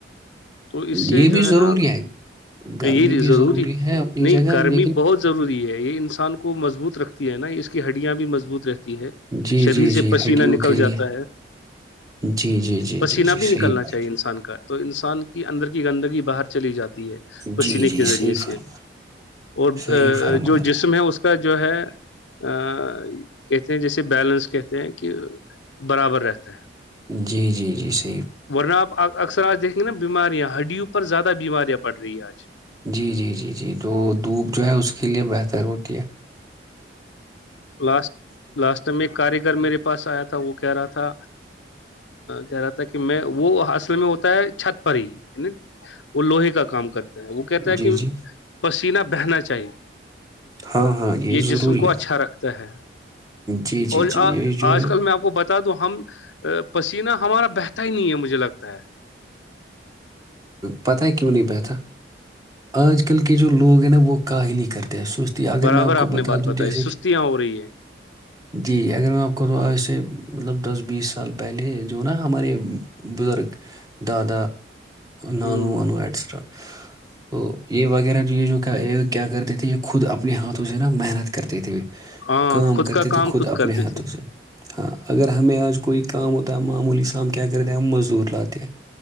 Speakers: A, on the left; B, on the right.
A: تو اس سے
B: یہ
A: جو
B: بھی
A: ہے
B: ضروری
A: نا
B: گرمی
A: یہ
B: بھی
A: ضروری
B: ہے اپنی
A: نہیں
B: جگہ
A: گرمی
B: لیکن
A: بہت ضروری ہے یہ انسان کو مضبوط رکھتی ہے نا یہ کی ہڈیاں بھی مضبوط رہتی ہیں ہے
B: جی
A: شریر
B: جی
A: سے
B: جی
A: پسینہ
B: ہڈیوں
A: نکل
B: کے
A: جاتا
B: لیے
A: ہے
B: جی جی جی
A: پسیینہ
B: جی جی
A: بھی نکلنا
B: صحیح بات
A: چاہیے انسان کا تو انسان کی گندگی باہر چلی جاتی ہے پسینے
B: جی جی
A: کے ذریعے
B: صحیح فرما
A: سے اور
B: صحیح فرما
A: جو
B: رہے
A: جسم ہے اس کا جو ہے ا کہتے ہیں جیسے بیلنس کہتے ہیں کہ برابر رہتا ہے
B: جی جی جی سر
A: ورنہ آپ اکثر آج دیکھیں گے نا بیماریاں ہڈیوں پر زیادہ بیماریاں پڑ رہی ہیں آج
B: جی جی جی جی تو دوپ جو ہے اس کے لیے بہتر ہو ٹ
A: لاسٹ لاسٹ ٹ میں ایک کاریگر میرے پاس آیا تھا تھا وہ کہ رہا تھا کہ رہا تھا کہ میں وہ اصل میں ہوتا ہے چھت پر ہی وہ لوہے کا کام کرتا وہ کہتا ہے
B: جی
A: کہ
B: جی
A: پسینہ بہنا چاہیے
B: ہاں ہاں یہ ضروری
A: جسم کو
B: ہے
A: اچھا رکھتا ہے
B: جی جی
A: اور
B: جی یہ جو
A: آج
B: ہے
A: کل میں آپ کو بتا دوں ہم پسیینہ ہمارا بہتا ہی نہیں ہے مجھے لگتا ہے
B: پتا کیوں نہیں بتا آج کل کے جو لوگ ہیں نا وہ کاہلی کرتے ا سوستی اگر
A: برابر
B: میں آپ کو
A: نے
B: بتا
A: بات
B: دوں
A: بتائی
B: جیسے کہ
A: سستیاں ہو رہی ہے
B: جی اگر میں آپ کو ایسے مطلب دس بیس سال پہلے جو نا ہمارے بزرگ دادا د نانو
A: ہ
B: وانو ایٹسٹرا تو یہ وغیرہ چی کا یہ کیا کرتے تھے یہ خود اپنے ہاتھوں سے نا محنت کرتے تھے
A: ہاں
B: کام
A: خود
B: کرتے
A: کا کام
B: تھے خود اپنے
A: کرتے
B: ہاتھوں
A: تھے
B: سے ہاں اگر ہمیں آج کوئی کام ہوتا ہے معمولی سام کیا کرتے ہیں ہم مزدور لاتے ہیں